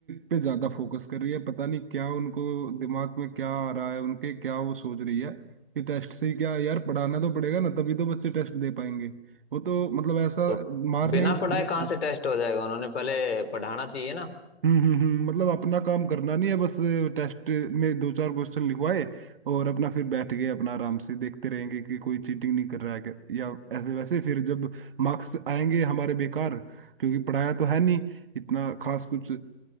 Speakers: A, on the right (about 55°); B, on the left (about 75°).
A: पे ज्यादा फोकस कर रही है पता नहीं क्या उनको दिमाग में क्या आ रहा है उनके क्या वो सोच रही है कि टेस्ट से ही क्या है यार पढ़ाना तो पड़ेगा ना तभी तो बच्चे टेस्ट दे पाएंगे वो तो मतलब ऐसा
B: तो
A: मारने
B: बिना
A: की
B: पढ़ाए कहाँ से टेस्ट हो जाएगा उन्होंने पहले पढ़ाना चाहिए ना
A: हम्म हम्म हम्म, मतलब अपना काम करना नहीं है बस टेस्ट में दो चार क्वेश्चन लिखवाए और अपना फिर बैठ गए अपना आराम से देखते रहेंगे कि कोई चीटिंग नहीं कर रहा है क्या या ऐसे वैसे फिर जब मार्क्स आएंगे हमारे बेकार क्योंकि पढ़ाया तो है नहीं इतना खास कुछ